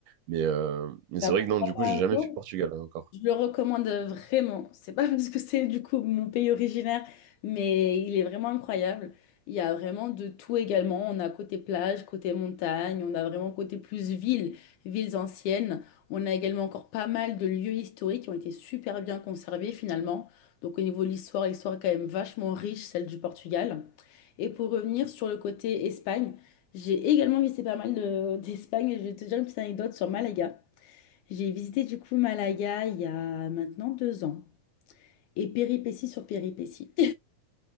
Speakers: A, on the right; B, on the left.
A: mais, euh, mais
B: Bah,
A: c'est vrai
B: pourquoi
A: que non du coup
B: pas
A: j'ai
B: un
A: jamais
B: jour?
A: fait Portugal hein, encore
B: Je le recommande vraiment. C'est pas <laughs> parce que c'est du coup mon pays originaire, mais il est vraiment incroyable. Il y a vraiment de tout également. On a côté plage, côté montagne, on a vraiment côté plus ville, villes anciennes. On a également encore pas mal de lieux historiques qui ont été super bien conservés finalement. Donc au niveau de l'histoire, l'histoire est quand même vachement riche, celle du Portugal. Et pour revenir sur le côté Espagne, j'ai également visité pas mal de- d'Espagne et je vais te dire une petite anecdote sur Malaga. J'ai visité du coup Malaga il y a maintenant deux ans et péripétie sur péripétie. <laughs>